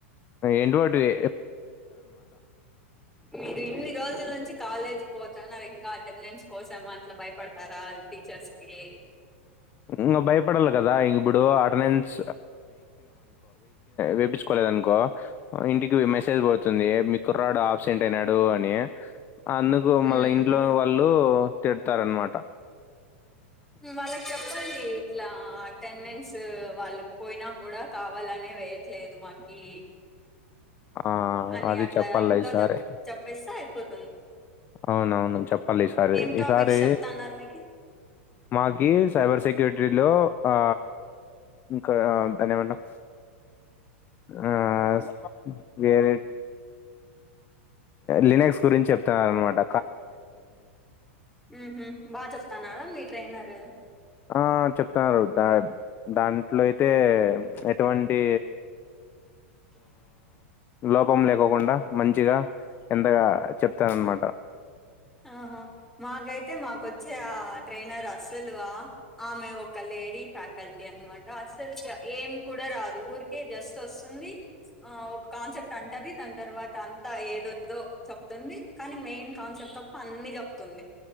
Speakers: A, on the left (about 30°); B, in the centre.
A: ఇటువంటివే
B: మీరు ఇన్ని రోజుల నుంచి కాలేజీ పోతా నావ్ ఇంకా అటెండెన్స్ కోసం అట్లా భయపడతారా టీచర్స్ కి
A: ఉమ్ భయపడల కదా ఇప్పుడు అటెండెన్స్ వేపిచ్చుకోలేదనుకో ఇంటికి మెసేజ్ పోతుంది కుర్రడు ఆబ్సెంట్ అయినాడు అని అందుకు
B: ఉమ్,
A: మళ్ళా ఇంట్లో వాళ్ళు తిట్టేస్తారు అన్మాట
B: వాళ్ళకి చెప్పండి ఇట్లా అటెండెన్స్ వాళ్ళకి పోయినా కూడా కావాలనే వేయట్లేదు మాకీ
A: ఆ,
B: అని
A: అది
B: అట్లా
A: చెప్పాలి
B: ఇంట్లో
A: ఈసారి
B: చెప్ చెప్పేస్తే అయిపోద్ది
A: అవునవును చెప్పాలి ఈసారి
B: ఏం టాపిక్స్
A: ఈసారి
B: చెప్తాన్నారు మీకి
A: మాకి సైబర్ సెక్యూరిటీ లో ఆ ఇంకా ధన్యవాదములు ఆ వేరే లీనెక్స్ గురించి చెప్తున్నారనమాట
B: ఊహూ బా చెప్తానారా మీ ట్రైనర్
A: ఆ చెప్తున్నారు దాంట్లో అయితే ఎటువంటి లోపం లేకోకుండా మంచిగా ఎంతగా చెప్తారన్నమాట
B: ఆహా మాకైతే మాకొచ్చే ఆ ట్రైనర్ అస్సలు ఆ ఆమె ఒక లేడీ ఫ్యాకల్టీ అనమాట అసలు కి ఏం కూడా రాదు ఊరికే జస్ట్ వస్తుంది ఆ ఒక కాన్సెప్ట్ అంటది దాని తర్వా అంతా ఏదోదో చెప్తుంది కానీ మెయిన్ కాన్సెప్ట్ తప్ప అన్ని చెప్తుంది